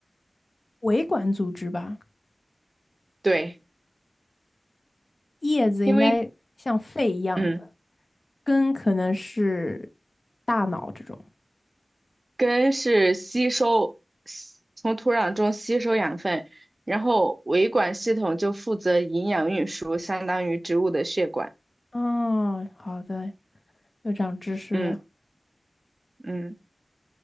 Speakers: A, on the left; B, on the right.
A: 维管组织吧，
B: 对，
A: 叶子应该像肺一样的，
B: 因为嗯，
A: 根可能是大脑这种。
B: 根是吸收吸从土壤中吸收养分，然后维管系统就负责营养运输，相当于植物的血管。
A: 哦，好的，又长知识了。
B: 嗯嗯，